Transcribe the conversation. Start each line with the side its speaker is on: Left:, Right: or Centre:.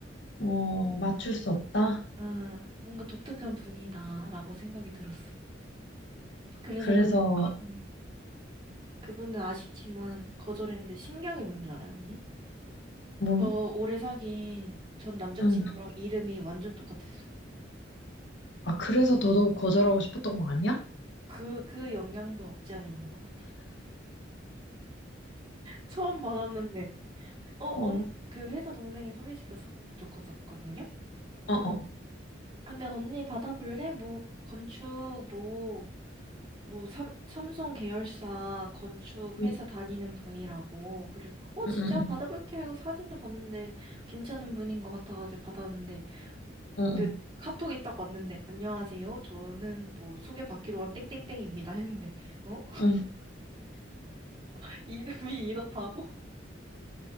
Left: 어, 맞출 수 없다?
Right: 아, 뭔가 독특한 분이다라고 생각이 들었어. 그래서
Left: 그래서,
Right: 그, 음, 그분은 아쉽지만 거절했는데 신경이 뭔 줄 알아요, 언니?
Left: 뭐,
Right: 저 오래 사귄 전 남자친구랑
Left: 응,
Right: 이름이 완전 똑같았어요.
Left: 아, 그래서 더더욱 거절하고 싶었던 거 아니야?
Right: 그, 그 영향도 없지 않아 있는 것 같아요. 처음 받았는데, 어,
Left: 어,
Right: 언,
Left: 어,
Right: 그 회사 동생이 소개시켜서 줬었거든요?
Left: 어.
Right: 근데 언니 받아볼래? 뭐, 건축, 뭐, 뭐, 삼, 삼성 계열사 건축
Left: 응,
Right: 회사 다니는 분이라고. 그래서, 어, 진짜
Left: 응, 응,
Right: 받아볼게 하고 사진도 봤는데, 괜찮은 분인 것 같아가지고 받았는데,
Left: 응,
Right: 그, 카톡이 딱 왔는데, 안녕하세요. 저는 뭐, 소개받기로 한 땡땡땡입니다. 했는데, 어?
Left: 응. 응.
Right: <laughs> 이름이 이렇다고? <laughs>